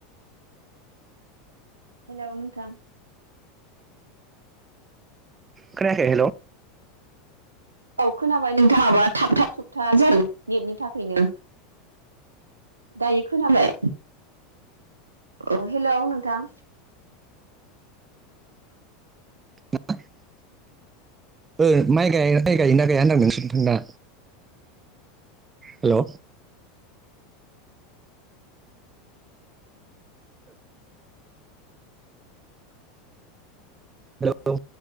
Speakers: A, on the right; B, on the right.
A: हेलौ नोंथां
B: खोनायाखै हेलौ
A: औ खोनाबाय नोंथाङाबा थाब थाब थुबथा जायो नेटनि थाखायनो। दायो खोनाबाय अ हेलौ नोंथां
B: <unintelligible> ओ माइ गा माइ गायो ना गाया नोंसोनथिं दा हेलौ हेलौ